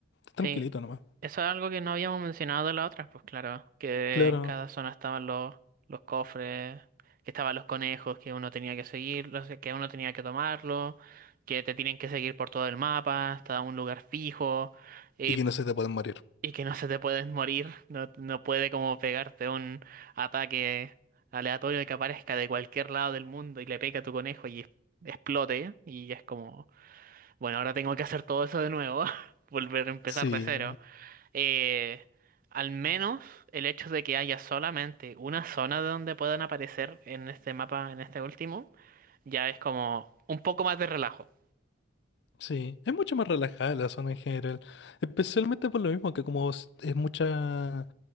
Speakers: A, on the left; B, on the right.
A: tranquilito
B: sí,
A: nomás,
B: eso es algo que no habíamos mencionado de la otra, pues claro, que
A: claro,
B: en cada zona estaban los, los cofres, que estaban los conejos que uno tenía que seguir, los que uno tenía que tomarlo, que te tienen que seguir por todo el mapa hasta un lugar fijo. Eh,
A: y que no se te pueden morir.
B: Y que no se te pueden morir, no, no puede como pegarte un ataque aleatorio que aparezca de cualquier lado del mundo y le pegue a tu conejo y es- explote. Y es como, bueno, ahora tengo que hacer todo eso de nuevo, <laughs> volver a empezar
A: Sí,
B: de cero. Eh, al menos el hecho de que haya solamente una zona de donde puedan aparecer en este mapa, en este último, ya es como un poco más de relajo.
A: sí, es mucho más relajada la zona en general, especialmente por lo mismo que como es es mucha...